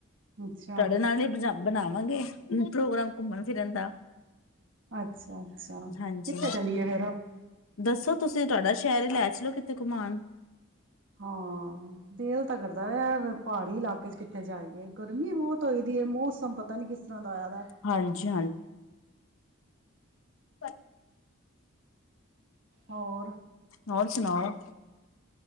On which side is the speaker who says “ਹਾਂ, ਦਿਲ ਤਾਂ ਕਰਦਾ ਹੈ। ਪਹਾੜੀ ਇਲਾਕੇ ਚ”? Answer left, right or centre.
Right